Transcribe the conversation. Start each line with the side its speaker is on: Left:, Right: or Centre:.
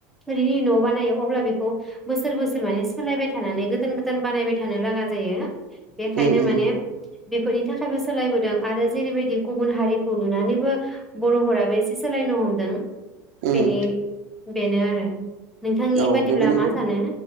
Centre: थोरिनि न बानायो अब्ला बेखौ बोसोर बोसोर माने सोलायबाय थानानै गोदान गोदान बानायबाय थानो लागा जायो बेखायनो
Right: उम उम
Centre: माने बेफोरनि थाखायबो सोलायबोदों आरो जेरैबायदि गुबुन हारिखौ नुनानैबो बरफोराबो एसे सोलायनो हमदों
Right: उम
Centre: बिनि बेनो आरो नोंथांनि
Right: औ
Centre: बादिब्ला
Right: बेबो नंगौ
Centre: मा सानो